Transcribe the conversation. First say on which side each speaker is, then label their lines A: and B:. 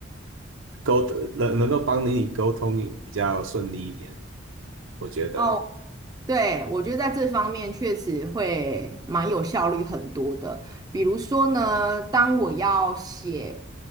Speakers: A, on the right (about 80°); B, on the right (about 20°).
A: 沟通能能够帮你沟通比较顺利一点，我觉得。
B: 哦。对，我觉得在这方面确实会蛮有效率很多的。比如说呢，当我要写